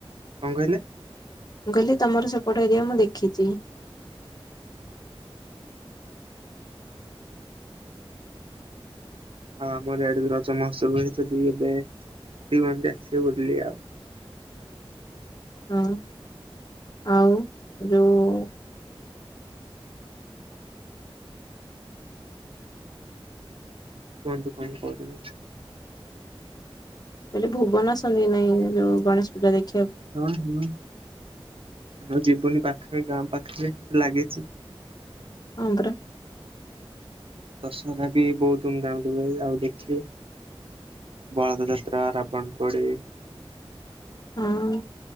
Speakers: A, on the right; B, on the left.
A: କଂ କହିଲେ।
B: ମୁଁ କହିଲି ତମର ସେପଟ ଏରିଆ ମୁଁ ଦେଖିଚି।
A: ହଁ ଆମର ଆଡକୁ ରଜ ମହୋତ୍ସବ ହୁଏ ସେଠିକି ଯାଏ ଏବେ ଦ କନ୍ତି ଆସିବେ ବୁଲି ଆଉ।
B: ହଁ ଆଉ ଯୋଉ
A: କୁହନ୍ତୁ କଣ କହୁଚନ୍ତି?
B: ମୁଁ କହିଲି ଭୁବନ ଆସନ୍ତି ନା ନାଇଁ ଯୋଉ ଗଣେଶ୍ ପୂଜା ଦେଖି?
A: ହଁ ହଁ ଆମେ ଯିବୁନି ପାଖେରେ ଗାଁ ପାଖ୍ରେ ଲାଗିଚି।
B: ଆନ୍ଦ୍ରେ।
A: ଦସହରା ବି ବହୁତ ଧୁମ୍ଧାମ୍ରେ ହୁଏ ଯାଉ ଦେଖିବା। ବଳଦ ଯାତ୍ରା, ରାବଣ ପୋଡି।
B: ହଁ!